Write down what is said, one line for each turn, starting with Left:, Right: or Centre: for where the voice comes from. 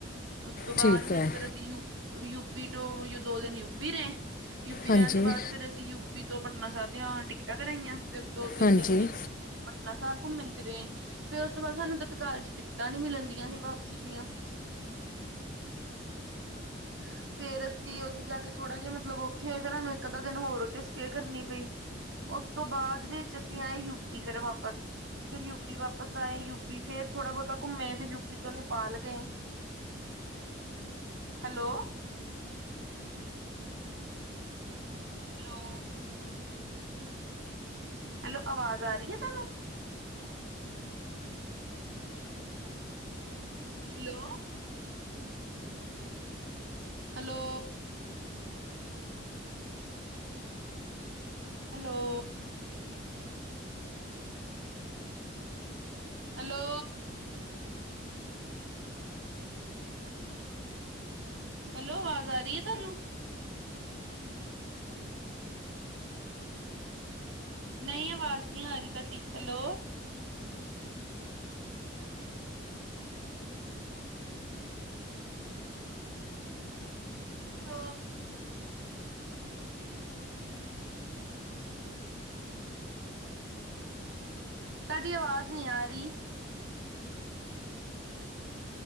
Right: ਉਸ ਤੋਂ ਬਾਅਦ
Left: ਠੀਕ
Right: ਵਿੱਚ
Left: ਹੈ
Right: ਫੇਿਰ ਅਸੀਂ ਯੂ ਯੂਪੀ ਤੋਂ ਦੋ ਦਿਨ ਯੂਪੀ ਰਹੇ ਯੂਪੀ
Left: ਹਾਂਜੀ
Right: ਰਹਿਣ ਤੋਂ ਬਾਅਦ ਫਿਰ ਅਸੀਂ ਯੂਪੀ ਤੋਂ ਪਟਨਾ ਸਾਹਿਬ ਦੀਆਂ ਟਿਕਟਾਂ ਕਰਾਈਆਂ ਫਿਰ ਦੋ ਤਿੰਨ
Left: ਹਾਂਜੀ
Right: ਦਿਨ ਦੀ ਪਟਨਾ ਸਾਹਿਬ ਘੁੰਮੇ ਫਿਰੇ ਫੇਿਰ ਉਸ ਤੋਂ ਬਾਅਦ ਸਾਨੂੰ ਤਤਕਾਲ ਚ ਟਿਕਟਾਂ ਨੀ ਮਿਲਣਦੀਆਂ ਸੀ ਵਾਪਸੀ ਦੀਆਂ <inaudible> ਫੇਰ ਅਸੀਂ ਉੱਥੇ ਜਾ ਕੇ ਥੋੜਾ ਜਿਹੇ ਮਤਲਬ ਔਖੇ ਹੋਏ ਫੇਿਰ ਉਹੂੰ ਇੱਕ ਅੱਧਾ ਦਿਨ ਹੋਰ ਉੱਥੇ ਸਟੇ ਕਰਨੀ ਪਈ ਉਸ ਤੋਂ ਬਾਅਦ ਵਿੱਚ ਅਸੀਂ ਆਏ ਯੂਪੀ ਫਿਰ ਵਾਪਸ ਫੇਿਰ ਯੂਪੀ ਵਾਪਸ ਆਏ ਯੂਪੀ ਫੇਰ ਥੋੜਾ ਬਹੁਤਾ ਘੁੰਮੇ ਫਿਰਰ ਯੂਪੀ ਤੋਂ ਨੇਪਾਲ ਗਏ ਹੈਲੋ ਹੈਲੋ ਹੈਲੋ ਆਵਾਜ਼ ਆ ਰਹੀ ਹੈ ਤੁਹਾਨੂੰ hello hello hello hello hello ਆਵਾਜ਼ ਆ ਰਹੀ ਹੈ ਤੁਹਾਨੂੰ ਨਹੀਂ ਆਵਾਜ਼ ਨਹੀਂੀ ਆ ਰਹੀ ਤੁਹਾਡੀ ਹੈਲੋ ਹ ਤੁਹਾਡੀ ਆਵਾਜ਼ ਨਹੀਂ ਆ ਰਹੀ